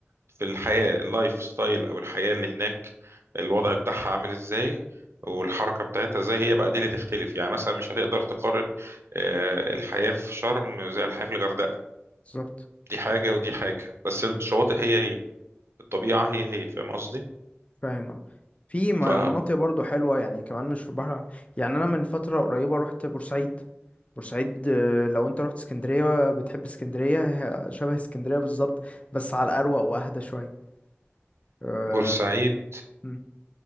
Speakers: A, on the right; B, on the left.
A: في الحياة اللايف ستايل او الحياة اللي هناك الوضع بتاعها عامل ازاي والحركة بتاعتها ازاي هي بقى دي اللي تختلف يعني مثلا مش هتقدر تقارن آه، الحياة في شرم زي الحياة في الغردقة
B: بالظبط
A: دي حاجة ودي حاجة بس الشواطئ هي هي الطبيعة هي هي فاهم قصدي؟
B: فاهم آه. في م-
A: ف
B: مناطق برضو حلوة يعني كمان مش في البحر يعني أنا من فترة قريبة رحت بورسعيد بورسعيد آه، لو أنت رحت اسكندرية بتحب اسكندرية هي شبه اسكندرية بالظبط بس على الأروق وأهدى شوية آه،
A: بورسعيد
B: م.